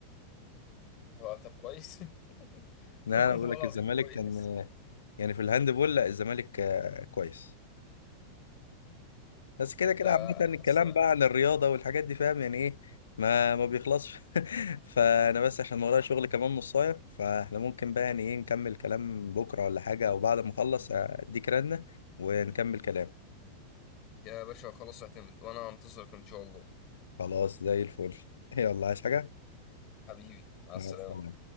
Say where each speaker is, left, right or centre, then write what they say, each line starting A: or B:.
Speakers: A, on the left; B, on the left.
A: هو طب كويس <laughs>
B: لا
A: والله
B: انا بقول لك
A: العظيم
B: الزمالك
A: كويس
B: كان يعني في الهاندبول لا الزمالك آه، كويس بس كده
A: انت
B: كده
A: انا
B: عامه الكلام
A: حاسس إن-
B: بقى عن الرياضه والحاجات دي فاهم يعني ايه ما ما بيخلصش <laughs> فانا بس عشان ورايا شغل كمان نصايه فاحنا ممكن بقى يعني ايه نكمل كلام بكره ولا حاجه او بعد ما اخلص اديك رنه ونكمل كلام
A: يا باشا خلاص اعتمد وانا هنتظرك ان شاء الله
B: خلاص زي الفل <laughs> يلا عايز حاجه
A: حبيبي مع السلامة
B: مع السلامه